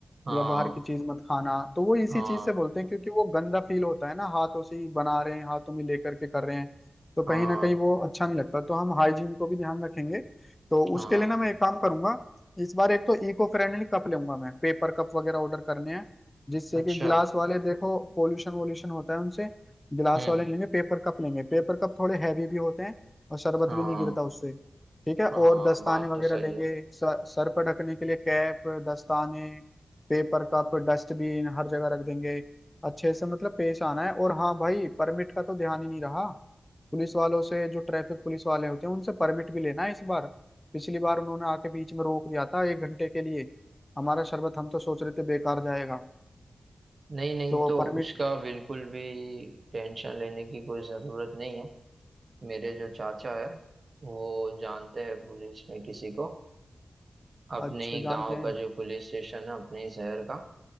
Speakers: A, on the right (about 60°); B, on the left (about 15°).
A: हाँ
B: या बाहर की चीज मत खाना तो वो इसी
A: हाँ
B: चीज से बोलते हैं क्योंकि वो गंदा फील होता है ना हाथों से ही बना रहे हैं हाथों में लेकर के कर रहे हैं तो कहीं
A: हाँ
B: ना कहीं वो अच्छा नहीं लगता तो हम हाइजीन को भी ध्यान रखेंगे तो
A: हाँ
B: उसके लिए ना मैं एक काम करूंगा इस बार एक तो इको फ्रेंडली कप लूंगा मैं पेपर कप वगैरह ऑर्डर करने हैं जिससे
A: अच्छा
B: कि गिलास वाले देखो पोल्यूशन वोल्यूशन होता है उनसे गिलास
A: हम्म
B: वाले लेंगे पेपर कप लेंगे पेपर कप थोड़े हैवी भी होते हैं और शरबत
A: हाँ
B: भी नहीं गिरता उससे ठीक है
A: हाँ
B: और दस्ताने
A: बात
B: वगैरह
A: तो सही
B: लेंगे
A: है
B: सर, सर पर ढकने के लिए कैप दस्ताने पेपर कप डस्टबिन हर जगह रख देंगे अच्छे से मतलब पेश आना है और हाँ भाई परमिट का तो ध्यान ही नहीं रहा पुलिस वालों से जो ट्रैफिक पुलिस वाले होते हैं उनसे परमिट भी लेना है इस बार पिछली बार उन्होंने आके बीच में रोक दिया था एक घंटे के लिए हमारा शरबत हम तो सोच रहे थे बेकार जाएगा
A: नहीं नहीं
B: तो
A: तो
B: परमिट
A: उसका बिल्कुल भी टेंशन लेने की कोई ज़रूरत नहीं है मेरे जो चाचा है वो जानते हैं पुलिस में किसी को अपने
B: अच्छा
A: ही गांव
B: जानते हैं
A: का जो पुलिस स्टेशन है अपने ही शहर का